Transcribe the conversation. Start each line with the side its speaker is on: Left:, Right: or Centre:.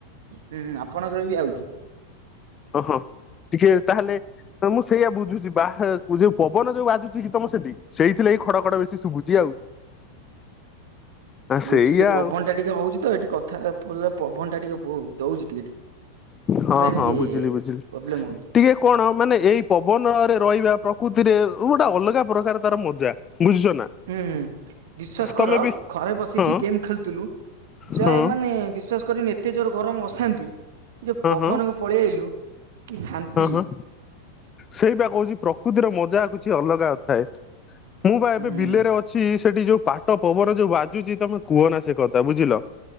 Right: ହୁଁ ଆପଣଙ୍କର ବି ଆଉଛି
Left: ଓ ହଁ ଟିକେ ତାହେଲେ ମୁଁ ସେଇଆ ବୁଝୁଛି ବା ଯୋଉ ପବନ ଯୋଉ ବାଜୁଛି ଗୀ ତମ ସେଠି ସେଇଥି ଲାଗି ଖଡ ଖଡ ବେଶୀ ଶୁଭୁଛି ଆଉ ଆ ସେଇଆ
Right: ବୁଝିଛି ଯେ ପବନ
Left: ଆଉ
Right: ଟା ଟିକେ ହଉଛି ତ ଏଠି କଥା ପିଲଲେ ପବନ ଟା ଟିକେ ବହୁ ଦଉଛି ଟିକେ ସେଥିପାଇଁ
Left: ହଁ ହଁ
Right: ଟିକେ
Left: ବୁଝିଲି ବୁଝିଲି
Right: ପ୍ରୋବ୍ଲେମ ହଉଛି
Left: ଟିକେ କଣ ମାନେ ଏଇ ପବନରେ ରହିବା ପ୍ରକୃତିରେ ଗୋଟେ ଅଲଗା ପ୍ରକାର ତାର ମଜା ବୁଝୁଛ ନା
Right: ହୁଁ ହୁଁ ବିଶ୍ଵାସ
Left: ତମେ
Right: କର
Left: ବି
Right: ଘରେ ବସିକି
Left: ହଁ
Right: ଗେମ୍ ଖେଳୁଥିଲୁ ଜୟ
Left: ହଁ
Right: ମାନେ ବିଶ୍ଵାସ କରନି ଏତେ ଜୋର ଗରମ ଅଶାନ୍ତି ଏ ଯୋଉ
Left: ହଁ
Right: ପବନକୁ
Left: ହଁ।
Right: ପଳେଇ ଆଇଲୁ କି ଶାନ୍ତି
Left: ହଁ ହଁ ସେଇପା କହୁଛି ପ୍ରକୃତିର ମଜା କିଛି ଅଲଗା ଥାଏ ମୁଁ ବା
Right: ହୁଁ।
Left: ଏବେ ବିଲେରେ ଅଛି ସେଠି ଯୋଉ ପାଟ ପବନ ଯୋଉ ବାଜୁଛି ତମେ କୁହ ନା ସେ କଥା ବୁଝିଲ